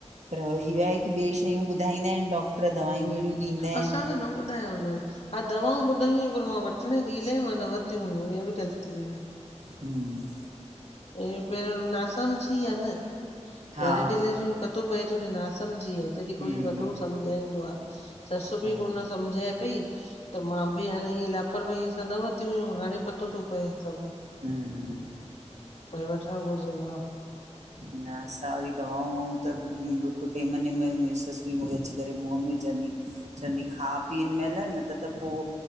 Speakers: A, on the right (about 70°); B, on the left (about 60°).
A: पर इहो आहे की ॿिए शयूं ॿुधाईंदा आहिनि, डॉक्टर दवायूं अड़ियूं ॾींदा
B: असांखे
A: आहिनि।
B: न ॿुधायो न। हा, दवाऊं ॿुधाई हुयई पर मां वठण ई इलाही मां न वरतीयूं हुयूं, हे बि ग़लती हुई।
A: हम <inaudible>
B: इ पहिरों ना समझी आ न।
A: हा
B: पहिरें डिलेवरी में पतो पए तो या ना समझी आ जॾें कोई
A: हम्म
B: वॾो सम झाईंदो आ, ससु
A: हा
B: बि कोन सम्झाए पई, त मां बि हाणे ईअं लापरवाहीअ सां न वरिती हुयूं हाणे पतो तो पए सभु
A: हम्म
B: भई वठण घुरजेन आं।
A: न असां वरी दवाऊं ऊं त बिल्कुल टेम नेम मुंहिंजी ससु बि मूंखे अची करे मुंहं में विझंदी ही। चवंदी खा पीअ हिनमहल न त त पोइ